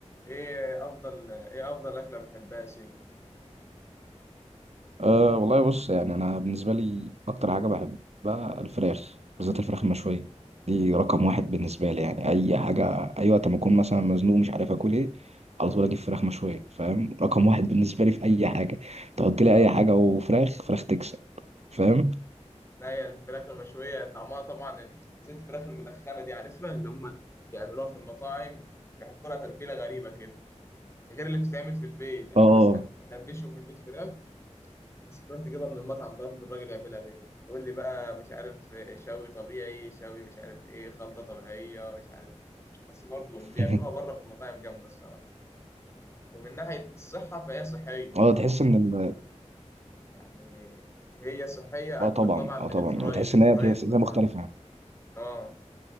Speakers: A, on the left; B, on the right.
A: ايه افضل ايه افضل اكله بتحبها يا سيف
B: أه والله بص يعني أنا بالنسبة لي أكتر حاجة بحبها الفراخ بالذات الفراخ المشوية دي رقم واحد بالنسبة لي يعني أي حاجة أي وقت ما أكون مثلا مزنوق مش عارف آكل إيه على طول أجيب فراخ مشوية فاهم رقم واحد بالنسبة لي في أي حاجة تحط لي أي حاجة وفراخ فراخ تكسب فاهم
A: لا هي الفراخ المشويه طعمها طبعا زي الفراخ المدخنه دي عارفها اللي هم بيعملوها في المطاعم بيحطوا لها تتبيله غريبه كده غير اللي بتتعمل في البيت يعني
B: اه
A: مثلا احنا بنشوي في البيت فراخ بس تروح تجيبها من المطعم برضه الراجل يعملها غير تقول لي بقى مش عارف شوي طبيعي شوي مش عارف ايه خلطه طبيعيه مش عارف ايه بس برضه
B: <laughs>
A: اللي بيعملوها بره في المطاعم جامده الصراحه ومن ناحيه الصحه فهي صحيه
B: اه تحس إن ال-
A: يعني هي صحية
B: اه
A: أجمل
B: طبعا
A: طبعا
B: اه
A: من
B: طبعا
A: الفرايد
B: وتحس
A: الفرايد
B: إن هي هي
A: طبعا
B: مختلفة
A: اه